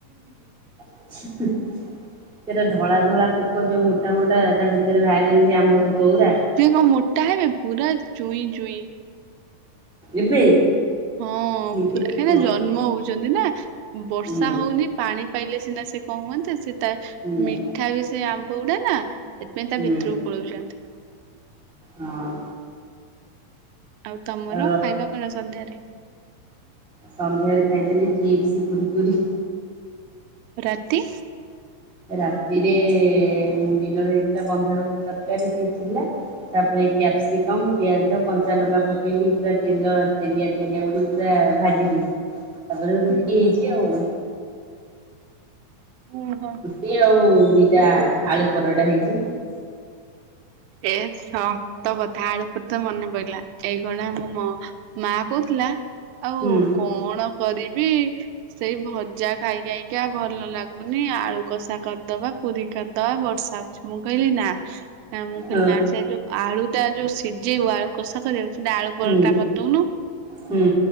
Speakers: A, in the centre; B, on the right.
A: <unintelligible> ସେଟା ଧଳା ଧଳା ପୋକ ଯୋଉ ମୋଟା ମୋଟା ତା ଭିତରେ ବାହାରି ଯାଇଛି ଆମ୍ବ ପୋକ ଉରା।
B: ମ ମୋଟା ହେବେ ପୁରା ଚୁଇଁ ଚୁଇଁ।
A: ଏବେ।
B: ହଁ
A: ହେଇଯିବେ
B: ପୁରା
A: ହଁ
B: ନା ଜନ୍ମ ହଉଛନ୍ତି ନା ବର୍ଷା
A: ହୁଁ
B: ହଉନି। ପାଣି ପାଇଲେ ସିନା ସେ କଣ ହୁଅନ୍ତା ସେ ତା
A: ହୁଁ।
B: ମିଠା ବି ସେ ଆମ୍ବ ଗୁଡା ନା ସେଥିପାଇଁ ତା
A: ହୁଁ
B: ଭିତରକୁ ପଳଉଛନ୍ତି।
A: ହଁ।
B: ଆଉ ତମର
A: ଆଉ
B: ଖାଇବା କଣ ସନ୍ଧ୍ୟାରେ?
A: ସନ୍ଧ୍ୟାରେ ଖାଇଥିଲି ଚିପ୍ସ କୁର କୁରି।
B: ରାତି।
A: ରାତିରେ ଦିନରେ ହେଇଥିଲା ବନ୍ଧାକୋବିି ତରକାରୀ କି ଥିଲା। ତାପରେ କ୍ୟାପ୍ସିକମ୍ ପିଆଜ କଞ୍ଚା ଲଙ୍କା ପକେଇକି ପୁରା ତେଲ ତେଲିଆ ତେଲିଆ କରିକି ପୁରା ଭାଜି ଦେଇଛି ତାପରେ ରୁଟି
B: ହୁଁ
A: ହେଇଛି ଆଉ।
B: ଓହୋ।
A: ଟି ଆଉ ଦିଟା ଆଳୁ ପରଟା ହେଇଛି।
B: ଏ ସତ କଥା ଆଳୁ ପରେ ତ ମନେ ପଡିଲା ଏଇ ଖୁଣା ମ ମ ମା କହୁଥିଲା ଆଉ
A: ହୁଁ
B: କଣ କରିବି ସେଇ ଭଜା ଖାଇ ଖାଇକା ଭଲ ଲାଗୁନି ଆଳୁ କଷା କରିଦବା ପୁରୀ କରିଦବା ବର୍ଷା ମୁଁ କହିଲି ନା ମୁଁ କହିଲି
A: ହଁ
B: ନା ସେ ଜଉ ଆଳୁ ଟା ଜଉ ସିଝେଇବ ଆଳୁ କଷା କରିବାକୁ। ଆଳୁ
A: ହୁଁ
B: ପରଟା କରିଦଉନୁ।
A: ହୁଁ